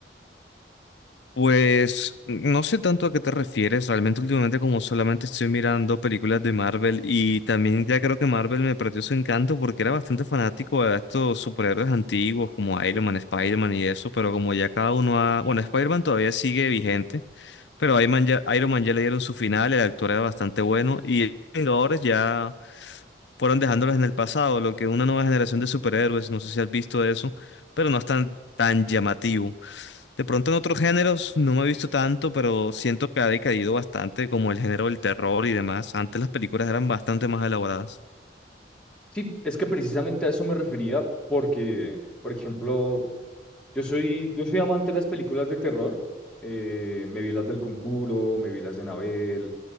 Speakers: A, on the left (about 75°); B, in the centre.
A: Pues no sé tanto a qué te refieres, realmente últimamente como solamente estoy mirando películas de Marvel y también ya creo que Marvel me perdió su encanto porque era bastante fanático a estos superhéroes antiguos como Iron Man, Spider-Man y eso, pero como ya cada uno ha... Bueno, Spider-Man todavía sigue vigente, pero Iron Man ya, Iron Man ya le dieron su final, el actor era bastante bueno y los Vengadores ya fueron dejándolos en el pasado, lo que una nueva generación de superhéroes, no sé si has visto eso, pero no es tan, tan llamativo. De pronto en otros géneros no me he visto tanto, pero siento que ha decaído bastante, como el género del terror y demás. Antes las películas eran bastante más elaboradas.
B: Sí, es que precisamente a eso me refería porque, por ejemplo, yo soy, yo soy amante de las películas de terror. Eh, me vi las del Conjuro, me vi las de Anabel,